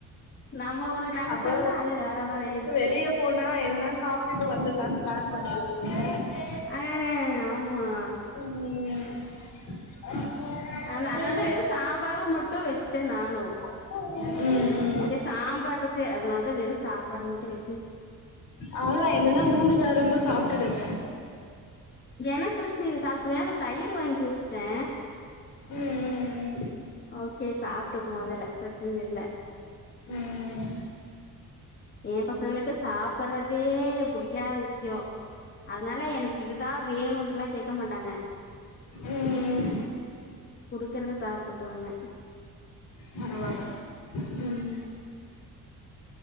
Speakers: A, on the left; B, on the left.
A: நம்ம ஒன்னு நெனச்சோம்னா
B: அப்போ
A: அது வேற மாரி ஆயிருச்சு
B: வெளிய போனா எதனா சாப்ட்டுட்டு வந்துடலான்னு பிளான் பண்ணிருப்பீங்க
A: ஆ ஆமா
B: ம் ம்
A: ஆ அதனாலதா வெறு சாம்பாரு முட்டு வச்சுட்டே நானு
B: ம் ம்
A: எப்டியோ சாம்பார் இருக்கு அதனாலதா வெறு சாப்பாடு மட்டு வச்
B: அவளதா எதன்னா ஊருகா இருந்தா சாப்ட்டுடுங்க
A: எனக்கு பிரச்சன இல்ல சாப்ட்ருவே பட் தயிர் வாங்கி வச்சிட்டே
B: ம்
A: ஓகே சாப்ட்டுங்க மொதல்ல பிரச்சனை இல்ல
B: ம்
A: ஏ பசங்களுக்கு சாப்டுறதே புடிக்காத விஷயோ அதனால எனக்கு இதுதா வேணுன்ட்டெல்லா கேக்க மாட்டாங்க
B: ம்
A: குடுக்குறத சாப்ட்டுக்குவாங்க
B: பரவால்ல ம்